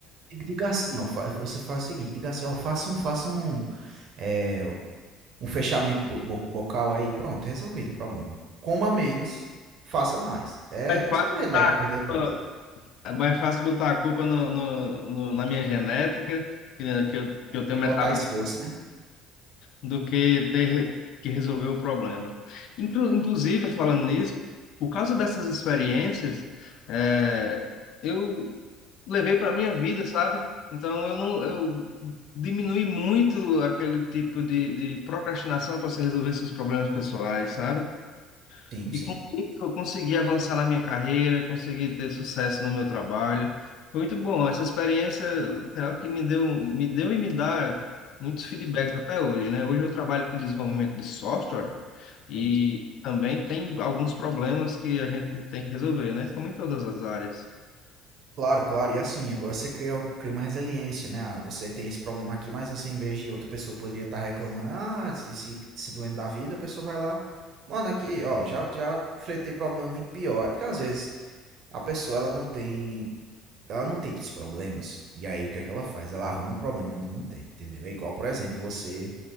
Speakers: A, on the right; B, on the left.
A: Diga assim, ó, fa- você faz o seguinte, diga assim, ó, faça um, faça um, é, um fechamento bo bo- bocal aí, pronto, resolvido o problema. Coma menos, faça mais. É
B: É fácil
A: o segredo
B: botar
A: aí para
B: a
A: perder peso.
B: culpa, é mais fácil botar a culpa no, no- no- na minha genética, que, que eu,
A: É
B: que eu
A: do
B: tenho
A: que
B: metabolismo.
A: botar esforço, né?
B: do que ter que resolver o problema. Inclu inclusive, falando nisso, por causa dessas experiências, é, eu levei para minha vida, sabe? Então eu não eu diminui muito aquele tipo de, de procrastinação para você resolver seus problemas pessoais, sabe?
A: Sim,
B: E
A: sim,
B: com isso eu consegui avançar na minha carreira, consegui ter sucesso no meu trabalho. Foi muito bom. Essa experiência é algo que me deu, me deu e me dá muitos feedbacks até hoje, né? Hoje eu trabalho com desenvolvimento de software e
A: sim.
B: também tem alguns problemas que a gente tem que resolver, né? Como em todas as áreas.
A: Claro, claro. E assim, você cria, cria uma resiliência, né? Ah, você tem esse problema aqui, mas você, em vez de outra pessoa poderia estar reclamando, ah, se, se, se doendo da vida, a pessoa vai lá. Mano, aqui, ó, já, já enfrentei problema muito pior. É porque às vezes a pessoa ela não tem ela não tem tantos problemas. E aí o que é que ela faz? Ela arruma problema onde não tem, entendeu? É igual, por exemplo, você